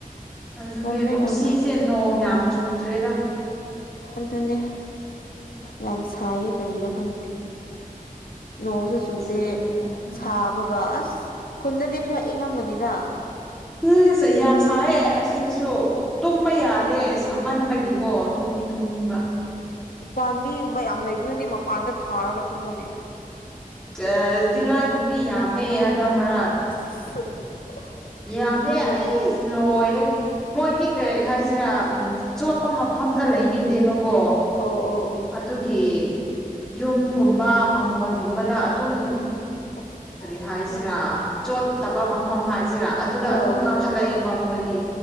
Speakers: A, in the centre; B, on the left.
A: ꯑꯗꯨꯅꯦ
B: ꯇꯜꯂꯦ
A: ꯀꯨꯝꯁꯤꯁꯦ
B: ꯌꯥꯝꯅ
A: ꯅꯣꯡ ꯌꯥꯝ ꯆꯨꯗ꯭ꯔꯦꯗ
B: ꯑꯗꯨꯅꯦ
A: ꯎꯝ
B: ꯌꯥꯝ ꯁꯥꯏꯌꯦ ꯀꯔꯤꯔꯥ ꯈꯪꯗꯦ ꯅꯣꯡꯁꯨ ꯆꯨꯗꯦ
A: ꯁꯥꯕꯅ
B: ꯁꯥ ꯕꯒ ꯑꯁ ꯈꯨꯟꯗꯗꯤ ꯈꯔ ꯏꯪꯉꯝꯒꯅꯤꯗ
A: ꯏꯁ ꯌꯥꯝ ꯁꯥꯏꯌꯦ ꯑꯁꯤꯗꯁꯨ ꯇꯨꯝꯕ ꯌꯥꯗꯦ ꯁꯥꯃꯟꯕꯒꯤꯀꯣ ꯇꯨꯝꯗꯤ ꯇꯨꯝꯅꯤꯡꯕ
B: ꯎꯄꯥꯝꯕꯤꯒꯨꯝꯕ ꯌꯥꯝ ꯂꯩꯕ ꯅꯣꯏꯗꯤ ꯃꯄꯥꯟꯗ ꯊꯥꯔꯒ ꯇꯨꯝꯃꯨꯅꯦ
A: ꯆꯁ ꯇꯤꯜꯍꯥꯏ ꯈꯣꯝꯕꯤ ꯌꯥꯝꯃꯦ ꯍꯟꯗꯛ ꯃꯔꯛ
B: <unintelligible>
A: ꯌꯥꯝꯃꯦ
B: ꯗꯨ
A: ꯑꯩꯁ
B: ꯂꯥꯏ ꯈꯪ
A: ꯂꯣꯏꯔꯦ ꯃꯣꯏꯗꯤ ꯀꯔꯤ ꯍꯥꯏꯁꯤꯔꯥ ꯎꯝ ꯆꯣꯠꯄ ꯃꯐꯝꯗ ꯂꯩꯅꯤꯡꯗꯦꯕꯀꯣ
B: ꯑꯧ ꯑꯧ ꯑꯧ
A: ꯑꯗꯨꯒꯤ ꯌꯨꯝꯒꯨꯝꯕ ꯃꯥꯡꯒꯣꯟꯒꯨꯝꯕꯗ ꯑꯗꯨꯝ
B: ꯑꯁ
A: ꯀꯔꯤ ꯍꯥꯏꯁꯤꯔꯥ ꯆꯣꯠꯇꯕ ꯃꯐꯝ ꯍꯥꯏꯁꯤꯔꯥ ꯑꯗꯨꯗ
B: ꯑꯧ
A: ꯑꯗꯨꯝ ꯀꯥꯈꯠꯂꯛꯑꯦꯕ ꯃꯣꯏꯗꯤ